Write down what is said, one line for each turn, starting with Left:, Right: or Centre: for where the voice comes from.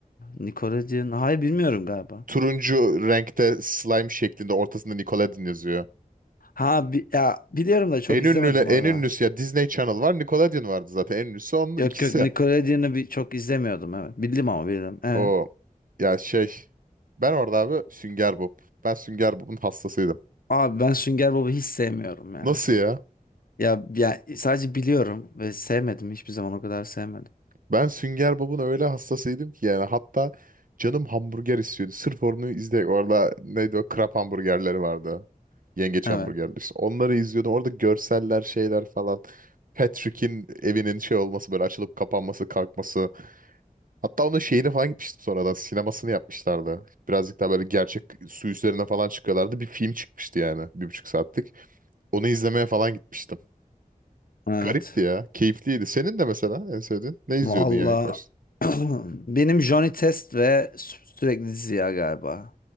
Left: Nickelodeon. Hayır bilmiyorum galiba.
Right: Turuncu renkte slime şeklinde ortasında Nickelodeon yazıyor.
Left: Ha bi- ya biliyorum da çok
Right: En
Left: izlemedim
Right: ünlü en
Left: orada.
Right: ünlüsü ya Disney Channel var, Nickelodeon vardı zaten. En ünlüsü onun
Left: Yok
Right: ikisi.
Left: yok Nickelodeon'u bir çok izlemiyordum evet. Bildim ama bildim. Evet.
Right: O ya şey ben orada abi Sünger Bob. Ben Sünger Bob'un hastasıydım.
Left: Abi ben Sünger Bob'u hiç sevmiyorum ya.
Right: Nasıl ya?
Left: Ya, ya sadece biliyorum ve sevmedim hiçbir zaman o kadar sevmedim.
Right: Ben Sünger Bob'un öyle hastasıydım ki yani hatta canım hamburger istiyordu. Sırf onu izle orada neydi o krap hamburgerleri vardı. Yengeç
Left: Evet.
Right: hamburgerleri işte. Onları izliyordum. Orada görseller şeyler falan. Patrick'in evinin şey olması böyle açılıp kapanması kalkması. Hatta onun şeyini falan gitmiştim sonradan. Sinemasını yapmışlardı. Birazcık daha böyle gerçek su üzerine falan çıkıyorlardı. Bir film çıkmıştı yani. Bir buçuk saatlik. Onu izlemeye falan gitmiştim.
Left: Evet.
Right: Garipti ya. Keyifliydi. Senin de mesela en sevdiğin. Ne izliyordun
Left: Valla
Right: yani ilk başta?
Left: <clears throat> benim Johnny Test ve sü- sürekli Ziya galiba.